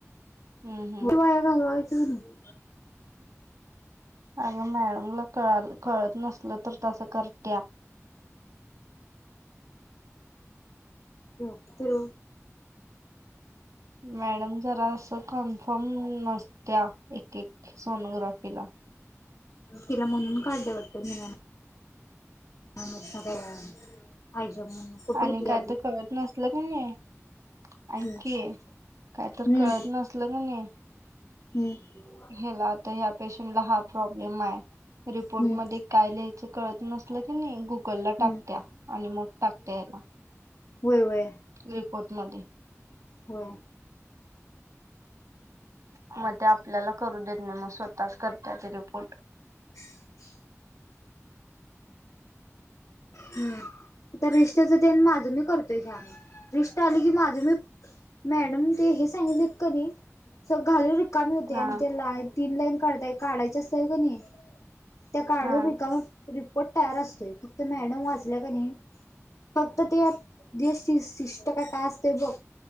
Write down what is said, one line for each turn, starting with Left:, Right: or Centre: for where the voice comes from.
Right: हम्म हम्म.
Left: वेळ वाया घाल <unintelligible>
Right: अगं मॅडमला कळाल कळत नसल तर तसं करत्या
Left: डॉक्ट तर
Right: मॅडम जरा अस कन्फर्म नसत्या एक एक सोनोग्राफीला
Left: तिला म्हणून काढलं वाटतं म <unintelligible> आयजॉब म्हणून कुठे
Right: आणि
Left: होती
Right: काय
Left: आधी
Right: ते कळत नसल की नाय. ऐक
Left: हम्म
Right: की काय तर
Left: हम्म
Right: कळत नसल की नाही
Left: हम्म.
Right: ह्याला आता ह्या पेशंटला हा प्रॉब्लेम हाय रिपोर्ट
Left: हम्म
Right: मध्ये काय लिहायचं कळत नसलं की नाही गुगल ला टाकत्या
Left: हम्म
Right: आणि मग टाकत्या याला
Left: व्हय व्हय.
Right: रिपोर्टमध्ये
Left: हो.
Right: मग ते आपल्याला करू देत नाही मग स्वतःच करतात ते रिपोर्ट
Left: ह हम्म. त्या रीष्टेच ते अन माझं मी करतोय ह्यात रिष्टा आली की माझ मी मॅडम ते हे सांगितलेत कधी स घालून कामी होते
Right: हा
Left: आणि त्याला तीन लाईन काढता काढायच असत्याल की नाही त्या काढून
Right: हा
Left: रिकाम रिपोर्ट तयार असतोय फक्त मॅडम वाचल्या का नाही फक्त ते देश शिष्ट का काय असते बघ